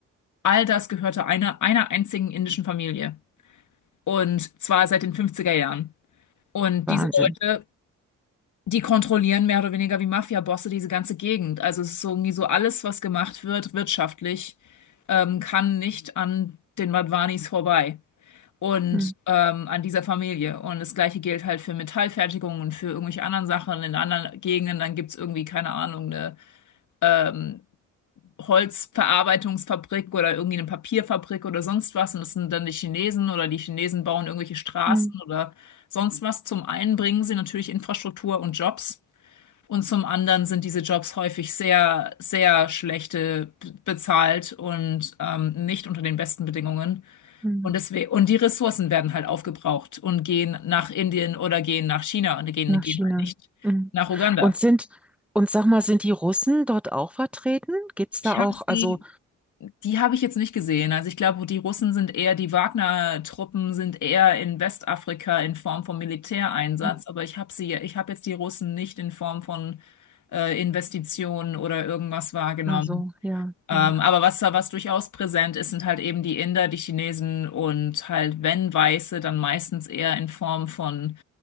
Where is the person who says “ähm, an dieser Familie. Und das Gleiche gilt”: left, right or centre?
Left